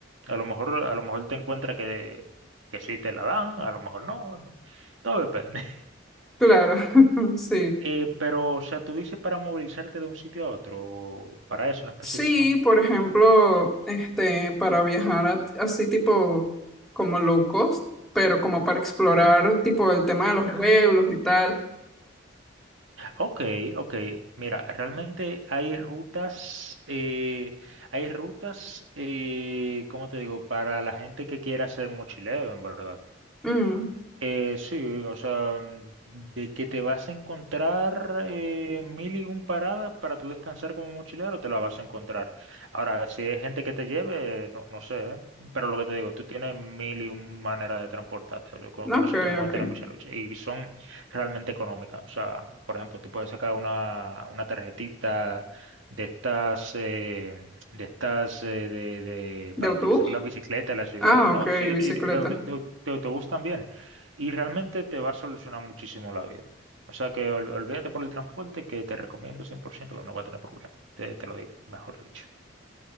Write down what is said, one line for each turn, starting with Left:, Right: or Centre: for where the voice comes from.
Right: A lo mejor, a lo mejor te encuentras que, que sí te la dan, a lo mejor no, no. Todo depende.
Centre: claro, <laughs> sí.
Right: Eh, pero, o sea, tú dices para movilizarte de un sitio a otro, para eso en específico,
Centre: Sí,
Right: ¿no?
Centre: por ejemplo, este, para viajar a- así tipo como locos, pero como para explorar tipo el tema de los pueblos y tal.
Right: Ok, ok. Mira, realmente hay rutas, eh, hay rutas, eh, ¿cómo te digo? Para la gente que quiera hacer mochileo, en verdad.
Centre: Mm,
Right: Eh, sí, o sea, mm, de que te vas a encontrar eh, mil y un paradas para tu descansar como mochilero, te la vas a encontrar. Ahora, si hay gente que te lleve, no, no sé, ¿eh? Pero lo que te digo, tú tienes mil y un maneras de transportarte. Yo Con,
Centre: ok,
Right: con eso tú no vas
Centre: ok.
Right: a tener mucha lucha. Y son realmente económicas. O sea, por ejemplo, tú puedes sacar una, una tarjetita de estas, eh, de estas, eh, de, de-
Centre: ¿De
Right: para
Centre: autobús?
Right: utilizar la bicicleta en la ciudad.
Centre: Ah,
Right: No,
Centre: ok,
Right: sí,
Centre: bicicleta.
Right: y de de- de- de autobús también y realmente te va a solucionar muchísimo la vida. O sea que ol- olvídate por el transporte que te recomiendo 100% que no va a tener problema. Te, te lo digo, mejor dicho.